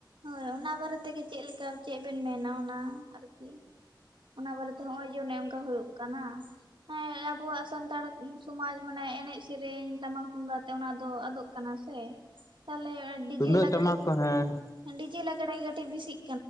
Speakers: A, on the right (about 85°); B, on the left (about 45°).
A: ᱦᱳᱭ ᱚᱱᱟ ᱵᱟᱨᱮ ᱛᱮᱜᱮ ᱪᱮᱫ ᱞᱮᱠᱟ ᱪᱮᱫ ᱵᱮᱱ ᱢᱮᱱᱟ ᱚᱱᱟ ᱟᱨᱠᱤ, ᱚᱱᱟ ᱵᱟᱨᱮᱛᱮ ᱱᱚᱜᱼᱚᱭ ᱡᱮ ᱚᱱᱮ ᱚᱱᱠᱟ ᱦᱩᱭᱩᱜ ᱠᱟᱱᱟ ᱾ ᱦᱮᱸ ᱟᱵᱚᱣᱟᱜ ᱥᱟᱱᱛᱟᱲ ᱥᱚᱢᱟᱡᱽ ᱢᱟᱱᱮ ᱮᱱᱮᱡ ᱥᱮᱨᱮᱧ ᱴᱟᱢᱟᱠ ᱛᱩᱢᱫᱟᱜ ᱛᱮ ᱚᱱᱟ ᱫᱚ ᱟᱫᱚᱜ ᱠᱟᱱᱟ ᱥᱮ ᱛᱟᱦᱚᱞᱮ ᱰᱤᱡᱮ
B: ᱛᱩᱢᱫᱟᱹᱜ
A: ᱞᱟᱜᱽᱲᱮ
B: ᱴᱟᱢᱟᱠ ᱠᱚ ᱦᱮᱸ ᱾
A: ᱰᱤᱡᱮᱞᱟᱜᱽᱲᱮ ᱠᱟᱛᱮ ᱵᱤᱥᱤᱜ